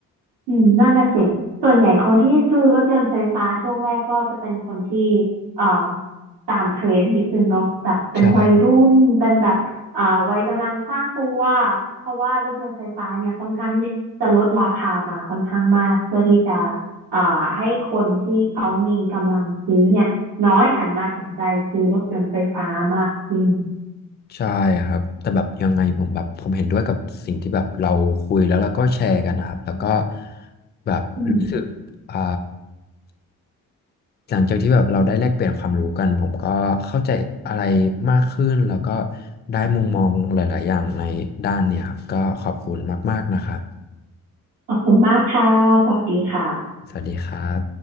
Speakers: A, on the right; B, on the left.
A: อืมนั่นน่ะสิส่วนใหญ่คนที่ซื้อรถยนต์ไฟฟ้าช่วงแรกก็จะเป็นคนที่เอ่อตามเทรนด์นิดนึงเนาะแบบเป็นวัยรุ่นเป็นแบบเอ่อวัยกำลังสร้างตัว
B: ใช่
A: เพราะว่ารถยนต์ไฟฟ้าเนี่ยค่อนข้างที่จะลดราคามาค่อนข้างมากเพื่อที่จะเอ่อให้คนที่เขามีกำลังซื้อเนี่ยน้อยหันมาสนใจซื้อรถยนต์ไฟฟ้ามากขึ้น
B: ใช่ครับแต่แบบยังไงผมแบบผมเห็นด้วยกับสิ่งที่แบบเราคุยแล้วแล้วก็แชร์กันนะครับแล้วก็แบบรู้สึกอ่า
A: อืม
B: หลังจากที่แบบเราได้แลกเปลี่ยนความรู้กันผมก็เข้าใจอะไรมากขึ้นแล้วก็ได้มุมมองหลายๆอย่างในด้านเนี่ยครับก็ขอบคุณมากๆนะครับ
A: ขอบคุณมากค่ะสวัสดีค่ะ
B: สวัสดีครับ